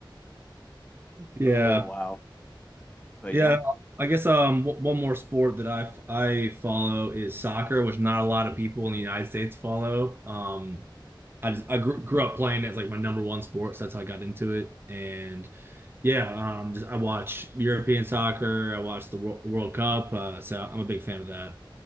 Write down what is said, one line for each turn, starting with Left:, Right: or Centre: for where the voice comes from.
Right: <laughs> Yeah.
Left: Oh wow. But
Right: Yeah,
Left: yeah,
Right: I guess um w- one more sport that I I follow is soccer, which not a lot of people in the United States follow. Um, I just I grew, grew up playing it as like my number one sport, so that's how I got into it. And yeah, um, just I watch European soccer, I watch the World, the World Cup, uh, so I'm a big fan of that.